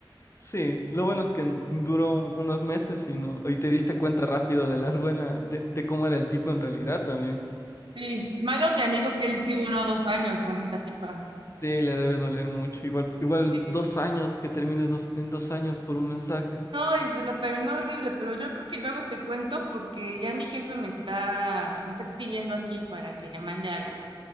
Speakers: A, on the left; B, on the right.
A: Sí, lo bueno es que n- duró un- unos meses y no, y te diste cuenta rápido de las buenas, de, de cómo era el tipo en realidad también.
B: Sí, malo mi amigo que él sí duró dos años con esta tipa.
A: Sí, le debe doler mucho. Igual, igual
B: Sí.
A: dos años que termines dos, en dos años por un mensaje.
B: No, y se lo terminó horrible, pero yo creo que luego te cuento porque ya mi jefe me está, me está escribiendo aquí para que le mande algo.